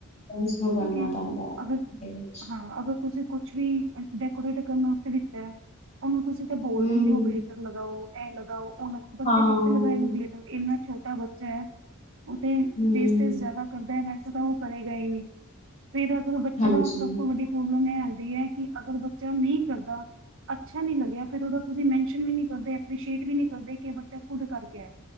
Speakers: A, on the left; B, on the right.
A: ਡਾਂਸ ਨੂੰ ਕਰਨਾ
B: ਠੀਕ ਏ
A: ਪੈਂਦਾ ਹੈ,
B: ਅਗਰ
A: ਦੇ ਵਿੱਚ
B: ਹਾਂ ਅਗਰ ਤੁਸੀਂ ਕੁਛ ਵੀ ਡੈਕੋਰੇਟ ਕਰਨ ਵਾਸਤੇ ਦਿੱਤਾ ਉਹਨੂੰ ਤੁਸੀ ਤੇ ਬੋਲ
A: ਹੂੰ,
B: ਦਿੰਦੇ ਓ ਗਲਿਟਰ ਲਗਾਓ। ਐ ਲਗਾਓ। ਉਹ ਬੱਚੇ
A: ਹਾਂ,
B: ਕਿੱਥੇ ਲਗਾਏ ਗਲਿਟਰ ਇਹਨਾ ਛੋਟਾ ਬੱਚਾ ਏ। ਉਹ ਤੇ
A: ਹੂੰ,
B: ਵੇਸਟੇਜ ਜਿਆਦਾ ਕਰਦਾ ਹੈਗਾ। ਤਾਂ ਉਹ ਕਰੇਗਾ ਹੀ ਨਹੀਂ। ਫੇਰ ਅਗਰੋਂ ਬੱਚੇ
A: ਹਾਂਜੀ,
B: ਦਾ ਸਭ ਤੋਂ ਵੱਡੀ ਪ੍ਰੋਬਲਮ ਹੈ ਕਿ ਅਗਰ ਬੱਚਾ ਨਹੀਂ ਕਰਦਾ ਅੱਛਾ ਨੀ ਲੱਗਿਆ ਫੇਰ ਉਹਦਾ ਤੁਸੀਂ ਮੈਨਸ਼ਨ ਵੀ ਨੀ ਕਰਦੇ ਐਪਰੀਸ਼ੀਏਟ ਵੀ ਨਹੀਂ ਕਰਦੇ ਕਿ ਬੱਚਾ ਖੁਦ ਕਰਕੇ ਆਇਆ।